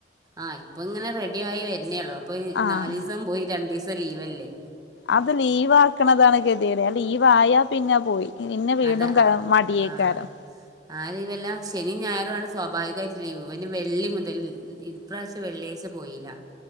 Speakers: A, on the right; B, on the left.
A: ആഹ ഇപ്പ ഇങ്ങനെ റെഡി ആയി വരുന്നേള്ളോ അപ്പൊ
B: ആഹ്
A: നാല് ദിവസം പോയി രണ്ടു ദിവസം ലീവ്ല്ലേ
B: അത് ലീവ് ആക്കണതാണ് ഗതിയുടെ ലീവായ പിന്നെ പോയി പിന്നെ വീണ്ടും
A: അതെ
B: ക
A: ആ
B: മടിയേക്കാരം
A: ആഹ ആരീവല്ലാം ശനും ഞായറും ആ സ്വാഭാവികമായിട്ട് ലീവു ഇന് വെള്ളി മുതൽ ഇപ്രാവശ്യം വെള്ളിയാഴ്ച പോയില്ല